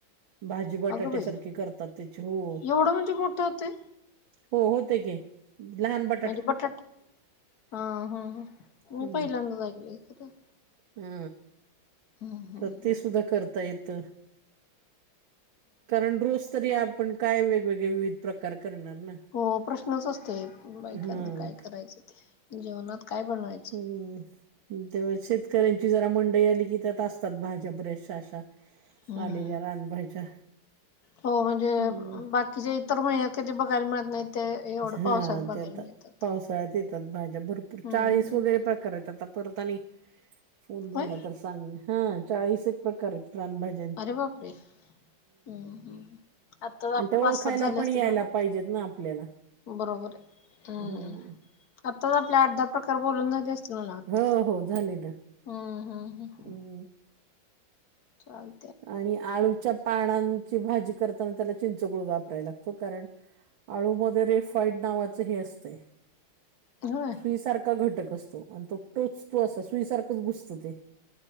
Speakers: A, on the right; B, on the left.
A: भाजी बटाट्या
B: अगं बाई
A: सारखी करतात त्याची हो
B: एवढं म्हणजे मोठं होते
A: हो होते की लहान बा -
B: म्हणजे बटाटू हा हा
A: हम्म
B: मी पहिल्यांदाच ऐकलंय खर -
A: हा
B: हम्
A: तर ते सुद्धा करता येत कारण रोज तरी आपण काय वेगवेगळे विविध प्रकार करणार ना
B: हो प्रश्नच असतोय बायकांना
A: हं
B: काय करायचं ते जेवनात काय बनवाय
A: हम्म ते शेतकऱ्यांची जरा मंडई आली कि त्यात असतात भाज्या बरेचशा अशा
B: हम्म
A: आलेल्या रानभाज्या
B: हो म्हणजे
A: हं
B: बाकी की जे इतर महिन्यात कधी बघायला मिळत नाही ते एवढं
A: हा
B: पावसात बघायला
A: ते आता
B: मिळतात
A: पावसाळ्यात येतात भरपूर
B: हम्म
A: चाळीस
B: हम्म.
A: वगैरे प्रकार येतात परत आणि फोन झाला
B: होय
A: तर हा चाळीस एक प्रकार आहेत राणभाज्या -
B: अरे बापरे हम्म हम्म आता आपले
A: आणि त्या
B: पाच
A: ओळखायला
B: सात झाले
A: पण
B: असतील
A: यायला
B: मला वाटतय
A: पाहिजेत ना आपल्याला
B: बरोबर आहे हम्म
A: हं
B: आताच आपले आठ - दहा प्रकार बोलून झाले असते मला वाटते
A: हो हो झाले ना
B: हम्म हम्म हम्म
A: हं
B: चाल
A: आणि आळूच्या पानांची भाजी करताना त्याला चिंचगुळ वापरायला लागतो कारण आळूमध्येध्ये रेफाईड नावाचं हे असतय
B: होच
A: प्रीसारखा घटक असतो आणि तो टोच तो अस सुईसारखंच घुसत ते